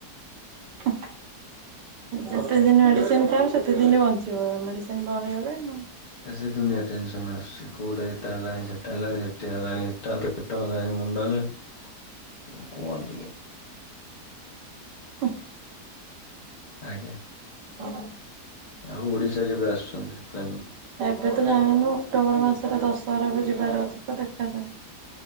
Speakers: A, on the right; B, on the left.
A: <unintelligible> ଯେତେ ଦିନ ମେଡିସିନ ଖାଇବ ସେତେ ଦିନ ବଞ୍ଚିବ ମେଡିସିନ ବନ୍ଦେଇଗଲେ।
B: ଆ ସେ ଦୁନିଆ ଟେନସନ୍ ଆସଛି କଉଟା ଏଟା ହେଲାଣି ସେଟା ହେଲାଣି ସେଠି ହେଲାଣି ଏଟା ପେଟ ହେଲାଣି ମୁଣ୍ଡ ହେଲା। କୁହନ୍ତି।
A: ହଁ।
B: ଆଜ୍ଞା।
A: <inaudible>
B: ଆଉ ଓଡିଶା କେବେ ଆସୁଚନ୍ତି ପ୍ଲାନ୍
A: ଏବେ ତ ଯାଇନୁ ଅକ୍ଟୋବର ମାସରେ ଦଶହରାକୁ ଯିବାର ଅଛି ତ ଦେଖାଯାଉ।